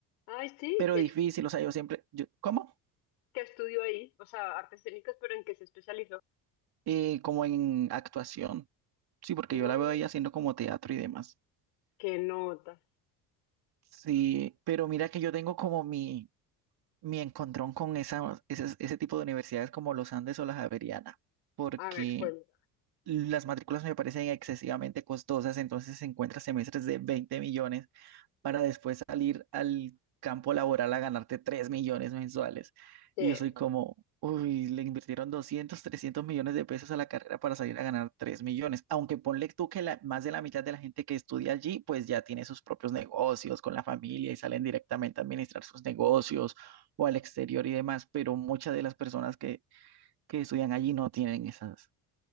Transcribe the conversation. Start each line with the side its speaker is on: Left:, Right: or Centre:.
Left: Ay, sí,
Right: Pero
Left: ¿qué,
Right: difícil, o sea, yo siempre, yo- ¿cómo?
Left: qué estudió ahí? O sea, artes escénicas, pero ¿en qué se especializó?
Right: Eh, como en actuación. Sí, porque
Left: Mm.
Right: yo la veo ahí haciendo como teatro y demás.
Left: ¿Qué notas?
Right: Sí, pero mira que yo tengo como mi, mi encontrón con esa, ese, ese tipo de universidades como los Andes o la Javeriana, porque
Left: A ver, cuenta.
Right: Las matrículas me parecen excesivamente costosas, entonces se encuentra semestres de 20 millones para después salir al campo laboral a ganarte 3 millones mensuales.
Left: Sí,
Right: Y yo soy como, uy, le invirtieron 200 300 millones de pesos a la carrera para salir a ganar 3 millones. Aunque ponle tú que la- más de la mitad de la gente que estudia allí, pues ya tiene sus propios negocios con la familia y salen directamente a administrar sus negocios o al exterior y demás, pero muchas de las personas que, que estudian allí no tienen esas